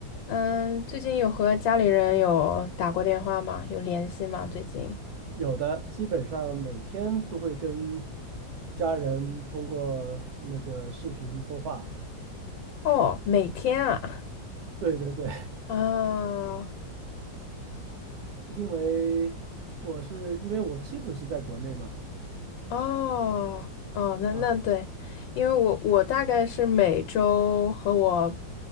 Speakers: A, on the left; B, on the right.
A: 嗯，最近有和家里人有打过电话吗？有联系吗？最近？
B: 有的，基本上每天都会跟家人通过那个视频通话。
A: 哦，每天啊，
B: 对对对，
A: 啊，
B: <laughs> 因为我是因为我妻子是在国内嘛，
A: 哦，哦，那那对，
B: 啊
A: 因为我我大概是每周和我